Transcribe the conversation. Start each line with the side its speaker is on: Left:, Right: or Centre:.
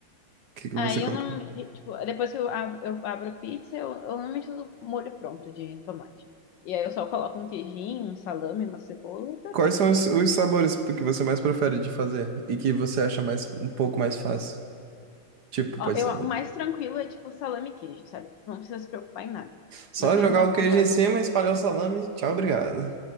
Right: que que você
Left: Aí
Right: coloca?
Left: eu normalmente, tipo, depois que eu abro, eu abro a pizza, eu, eu normalmente uso molho pronto de tomate. E aí eu só coloco um queijinho, um salame, uma cebola e tá
Right: Quais
Left: feita
Right: são
Left: a pizza.
Right: os, os sabores que você mais prefere de fazer e que você acha mais um pouco mais fácil? Tipo, pode
Left: Ó, eu,
Right: ser
Left: o mais tranquilo é tipo salame e queijo, sabe? Não precisa se preocupar em nada.
Right: só
Left: Mas teve
Right: jogar
Left: uma vez
Right: o queijo
Left: que eu tava
Right: em cima, espalhar o salame, tchau, obrigado.